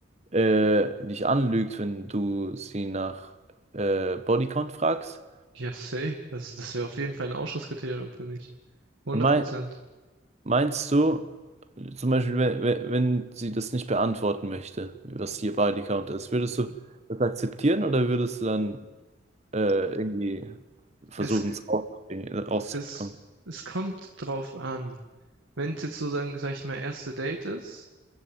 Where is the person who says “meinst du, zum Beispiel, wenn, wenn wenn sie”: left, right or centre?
Right